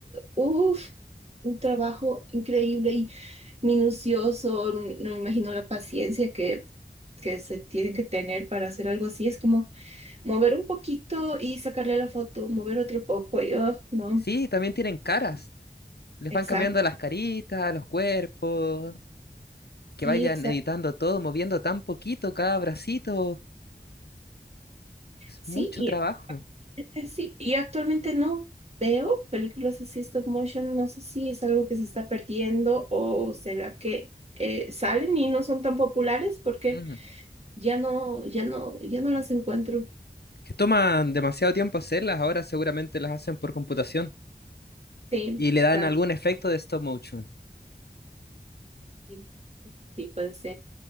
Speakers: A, on the right; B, on the left.
A: uff, un trabajo increíble y minucioso. No me imagino la paciencia que, que se tiene que tener para hacer algo así. Es como mover un poquito y sacarle la foto, mover otro poco, y, oh, no,
B: Sí, también tienen caras, les
A: exacto,
B: van cambiando las caritas, los cuerpos, que
A: sí,
B: vayan
A: exacto,
B: editando todo, moviendo tan poquito cada bracito, es
A: sí,
B: mucho
A: y,
B: trabajo.
A: eh, sí, y actualmente no veo películas así stop motion, no sé si es algo que se está perdiendo o será que eh, salen y no son tan populares porque
B: Ujú.
A: ya no, ya no, ya no las encuentro,
B: Que toman demasiado tiempo hacerlas, ahora seguramente las hacen por computación
A: sí,
B: y le
A: exacto,
B: dan algún efecto de stop motion.
A: sí, sí, puede ser.